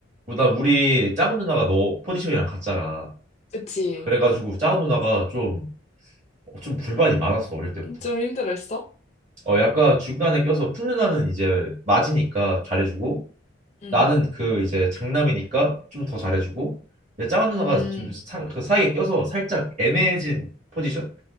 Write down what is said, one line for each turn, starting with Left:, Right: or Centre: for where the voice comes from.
Right: 나 우리 작은 누나가 너 포지션이랑 같잖아.
Left: 그치?
Right: 그래가지고 작은 누나가 좀, 좀 불만이 많았어, 어릴 때부터.
Left: 좀 힘들었어?
Right: 어, 약간 중간에 껴서 큰 누나는 이제 맞이니까 잘해주고,
Left: 응.
Right: 나는 그 이제 장남이니까 좀 더 잘해주고, 근데 작은 누나가
Left: 음,
Right: 좀 사, 그 사이에 껴서 살짝 애매해진 포지션?